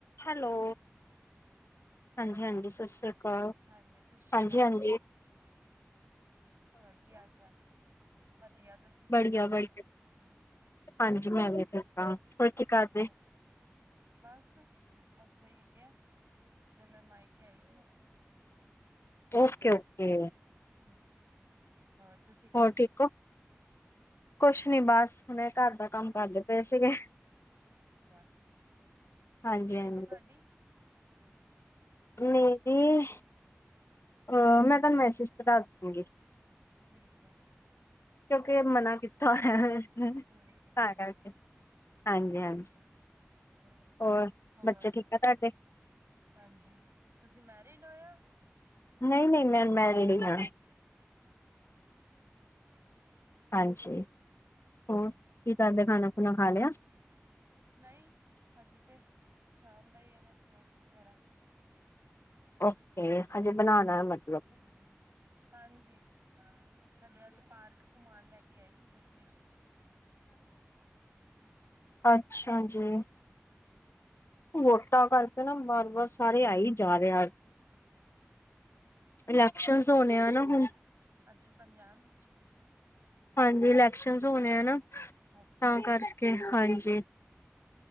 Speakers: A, on the left; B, on the right.
A: Hello.
B: Hello
A: ਹਾਂਜੀ-ਹਾਂਜੀ ਸਸ ਸ੍ਰੀ ਅਕਾਲ,
B: ਹਾਂਜੀ ਸਤਿ ਸ਼੍ਰੀ
A: ਹਾਂਜੀ-ਹਾਂਜੀ।
B: ਅਕਾਲ ਹੋਰ ਹੋਰ ਕੀ ਹਾਲ ਚਾਲ? ਵਧੀਆ ਤੁਸੀ
A: ਬੜੀਆ-ਬੜੀਆ। ਹਾਂਜੀ ਮੈਂ ਵੀ ਠੀਕ ਆਂ। ਹੋਰ ਕੀ ਕਰਦੇ?
B: ਹੋਰ ਬਸ ਏਥੇ ਹੀ ਹੈਗੇ ਆ ਤੇ ਮੈਂ ਮਾਈਕੇ ਆਈ ਹੋਈ ਆ।
A: ਓਕੇ-ਓਕੇ।
B: ਨਹੀਂ ਜੀ। ਹੋਰ ਤੁਸੀਂ
A: ਹੋਰ ਠੀਕ ਹੋ, ਕੁਛ ਨਹੀਂ ਬਸ ਮੈਂ ਘਰ ਦਾ ਕੰਮ ਕਰਦੇ ਪਏ ਸੀਗੇ,
B: ਅੱਛਾ
A: ਹਾਂਜੀ-ਹਾਂਜੀ।
B: ਕਿੰਨੀ ਏਜ ਹੈ ਤੁਹਾਡੀ
A: ਮੇਰੀ ਅ ਮੈਂ ਤੁਹਾਨੂੰ ਮੈਸੇਜ ਤੇ ਦੱਸ ਦੂੰਗੀ।
B: ਠੀਕ ਐ।
A: ਕਿਉਂਕੇ ਮਨਾ ਕਿੱਤਾ ਹੋਇਆ,
B: ਠੀਕ ਹੈ
A: ਤਾਂ
B: ਠੀਕ
A: ਕਰਕੇ।
B: ਹੈ
A: ਹਾਂਜੀ-ਹਾਂਜੀ
B: ਠੀਕ ਹੈ ਹੂੰ
A: ਹੋਰ
B: ਹੋਰ
A: ਬੱਚੇ ਠੀਕ ਅ ਤੁਹਾਡੇ?
B: ਹਾਂਜੀ ਤੁਸੀਂ ਮੈਰਿਡ ਹੋ ਯਾ
A: ਨਹੀਂ-ਨਹੀਂ ਮੈਂ ਮੈਰੀਡ ਹੀ ਆਂ।
B: ਹਾਂ।
A: ਹਾਂਜੀ, ਹੋਰ ਕੀ ਕਰਦੇ ਖਾਣਾ ਖੁਣਾ ਖਾ ਲਿਆ?
B: ਨਹੀਂ ਹਜੇ ਤੇ ਸ਼ਾਮ ਦਾ ਹੀ ਐਵੇਂ ਸਨੈਕਸ ਵਗੈਰਾ।
A: ਓਕੇ ਹਜੇ ਬਣਾਉਣਾ ਐ ਮਨ।
B: ਹ ਮ ਹਾਂਜੀ। ਹਲੇ ਅੱਜ ਪਾਰਕ ਕੁਮਾਣ ਲੈ ਕੇ ਆਏ ਸੀ ਬੇਟੇ ਨੂੰ।
A: ਅੱਛਾ ਜੀ। ਵੋਟਾਂ ਕਰਕੇ ਨਾ ਬਾਰ-ਬਾਰ ਸਾਰੇ ਆਈ ਜਾ ਰਹੇ ਅੱਜ। ਇਲੈਕਸ਼ਨਸ ਹੋਣੇ ਆ ਨਾ ਹੁਣ।
B: ਅੱਛਾ ਪੰਜਾਬ ਚ।
A: ਹਾਂਜੀ, ਇਲੈਕਸ਼ਨ ਹੋਣੇ ਆ ਨਾ
B: ਅੱਛਾ
A: ਤਾਂ ਕਰਕੇ, ਹਾਂਜੀ।